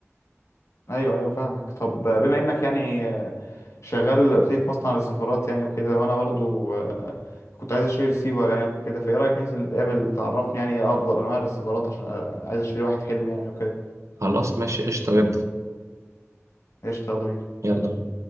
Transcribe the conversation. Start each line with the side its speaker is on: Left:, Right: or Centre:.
Left: ايوه ايوه فاهمك طب بما انك يعني شغال قلت لي في مصنع للسيرفرات يعني وكده وانا برضو آه، كنت عايز اشتري ريسيفر يعني وكده فايه رايك ننزل نتقابل تعرفني يعني ايه افضل انواع الريسيفرات عشان عايز اشتري واحد حلو يعني وكده
Right: خلاص ماشي قشطه جدا
Left: قشطة يلا بينا
Right: يلا بينا.